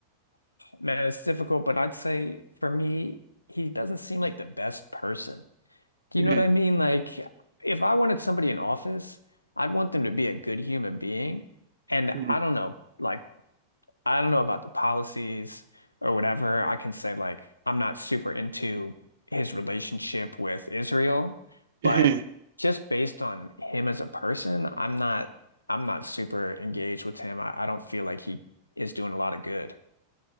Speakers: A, on the left; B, on the right.
A: man, it's difficult, but I'd say for me, he doesn't seem like the best person. Do
B: Mhm,
A: you know what I mean? Like if I wanted somebody in office, I'd want them to be a good human being. And
B: mhm,
A: I don't know, like I don't know about the policies or whatever. I can say like I'm not super into his relationship with Israel,
B: mhm.
A: but just based on him as a person, I'm not I'm not super engaged with him. I, I don't feel like he is doing a lot of good.